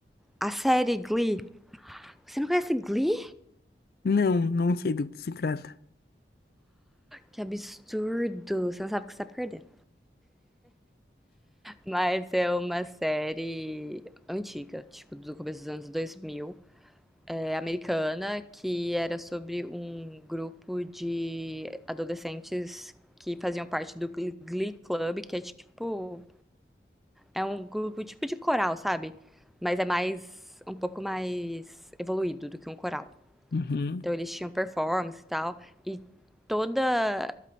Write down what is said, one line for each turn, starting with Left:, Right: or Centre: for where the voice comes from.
Centre: a série Glee. Você não conhece Glee?
Left: Não, não sei do que se trata.
Centre: Que absurdo. Você não sabe o que você tá perdendo. Mas é uma série antiga, tipo, do começo dos anos 2000, é, americana, que era sobre um grupo de adolescentes que faziam parte do Glee Glee Club, que é tipo, é um grupo tipo de coral, sabe? Mas é mais, um pouco mais evoluído do que um coral.
Left: Uhum.
Centre: Então eles tinham performance e tal. E toda.